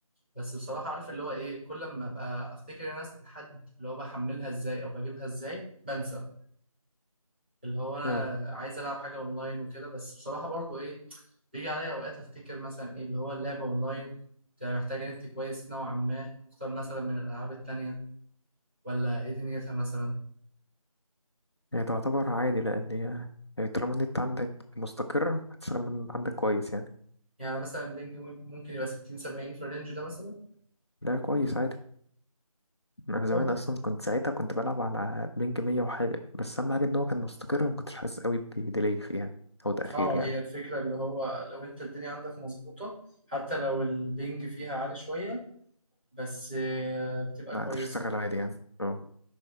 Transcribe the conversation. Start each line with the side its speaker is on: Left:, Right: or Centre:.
Right: بس بصراحه عارف اللي هو ايه كل ما ابقى افتكر ان انا اسال حد اللي هو بحملها ازاي او بجيبها ازاي بنسى اللي هو انا
Left: اه
Right: عايز العب حاجه اونلاين وكده بس بصراحه برضو ايه بيجي عليا اوقات افتكر مثلا ايه اللي هو اللعبه اونلاين بتبقى محتاجه نت كويس نوعا ما اكتر مثلا من الالعاب التانيه ولا ايه دنيتها مثلا
Left: هي تعتبر عادي لأن هي هي طالما النت عندك مستقر هتشتغل من عندك كويس يعني
Right: يعني مثلا بينج ممكن يبقى 60 70 في الرينج ده مثلا
Left: لا كويس عادي أنا زمان
Right: طب
Left: أصلا كنت ساعتها كنت بلعب على بينج مية وحاجة بس أهم حاجة إن هو كان مستقر ما كنتش حاسس قوي بديلي فيها أو تأخير
Right: اه
Left: يعني
Right: هي الفكرة اللي هو لو انت الدنيا عندك مظبوطة حتى لو البنج فيها عالي شوية بس آه، بتبقى
Left: لا
Right: كويسة
Left: هتشتغل عادي يعني اه